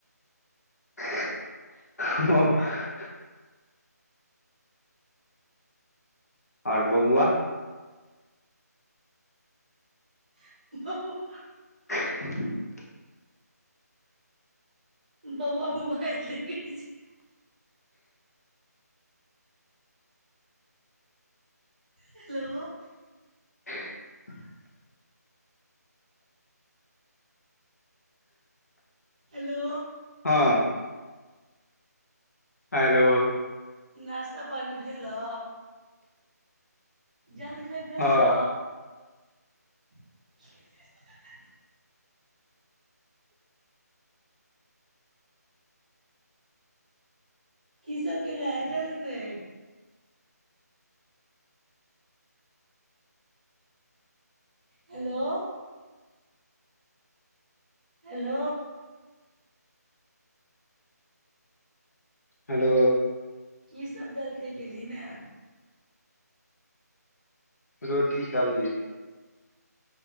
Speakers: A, on the left; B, on the right.
A: हँ हँ आओर बौआ
B: <inaudible>
A: <inaudible>
B: बौआ मोबाइल देखै छै हेलो
A: <inaudible>
B: हेलो
A: हँ हेलो
B: नाश्ता पानी भेलौ जलखै भेलौ।
A: हँ
B: <inaudible> की सब केले हे जलखै हेलो हेलो
A: हेलो
B: की सब जलखै केलहिन ए
A: रोटी सब्जी